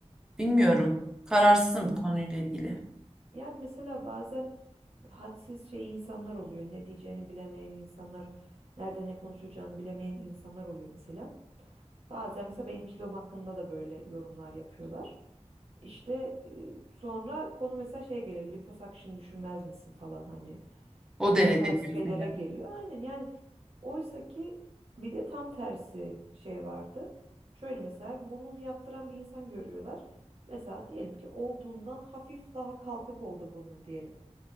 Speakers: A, in the centre; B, on the right.
A: Bilmiyorum. Kararsızım bu konuyla ilgili.
B: Yani mesela bazen hadsiz şey insanlar oluyor. Ne diyeceğini bilemeyen insanlar, nerede ne konuşacağını bilemeyen insanlar oluyor mesela. Bazen mesela benim kilom hakkında da böyle yorumlar yapıyorlar. İşte e, sonra konu mesela şeye geliyor. Liposuction düşünmez misin falan hani.
A: O derece
B: bu tarz
A: diyorsun
B: şeylere
A: yani.
B: geliyor. Aynen yani oysa ki bir de tam tersi şey vardı. Şöyle mesela burnunu yaptıran bir insan görüyorlar. Mesela diyelim ki olduğundan hafif daha kalkık oldu burnu diyelim.